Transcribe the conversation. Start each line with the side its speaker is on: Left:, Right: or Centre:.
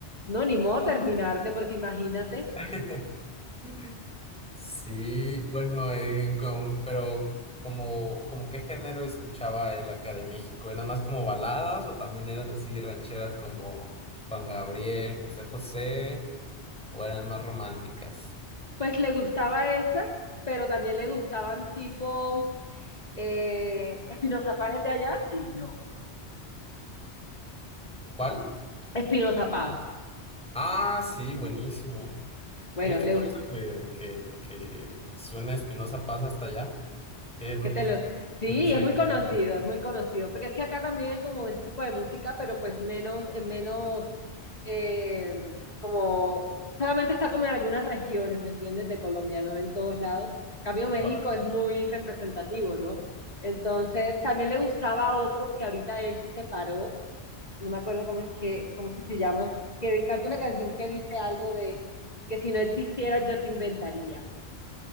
Left: no, ni modo terminarte, porque imagínate.
Centre: verdad. <laughs> Sí, bueno, eh, con- pero como, como qué género escuchaba él acá de México, ¿eran más como baladas o también eran así rancheras como Juan Gabriel, José José, o eran más románticas?
Left: Pues le gustaba esa, pero también le gustaban tipo eh, Espinoza Paz es de allá, sí, no.
Centre: ¿Cuál?
Left: Espinoza Paz.
Centre: Ah, sí, buenísimo.
Left: Bueno,
Centre: Uy, qué
Left: le
Centre: curioso
Left: gusta.
Centre: que, que, que suene Espinosa Paz hasta allá. Eh, n-
Left: ¿Qué te lo... Sí,
Centre: se-
Left: es muy
Centre: se-
Left: conocido, es muy conocido, porque es que acá también hay como ese tipo de música, pero pues menos, en menos, eh, como, solamente está como en algunas regiones, ¿me entiendes? De Colombia, no en todos lados. En cambio, México
Centre: Vale.
Left: es muy representativo, ¿no? Entonces, también le gustaba a otro que ahorita él se separó. no me acuerdo cómo es que, cómo es que se llama, que canta una canción que dice algo de que si no existiera yo te inventaría.